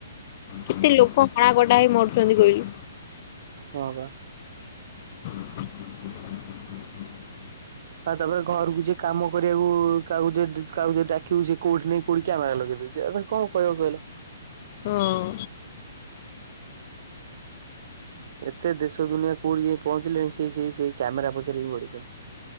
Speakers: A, on the left; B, on the right.
A: କେତେ ଲୋକ ହଣା ଗଡା ହେଇ ମରୁଛନ୍ତି କହିଲୁ?
B: ହଁ ପା।
A: ହ ହ ହ
B: ଆଉ ତାପରେ ଘରକୁ ଯିଏ କାମ କରିବାକୁ କାହାକୁ ଡାକିବୁ ସେ କୋଉଠି ନେଇ କୋଉଠି କ୍ୟାମେରା ଲଗେଇଦଉଛି। କଣ କହିବ କହିଲ?
A: ହଁ।
B: ଏତେ ଦେଶ ଦୁନିଆ କୋଉଠି ଯାଇ ପହଞ୍ଚିଲେଣି ସେ ସେଇ ସେଇ କ୍ୟାମେରା ପଛରେ ପଡ଼ିଛନ୍ତି।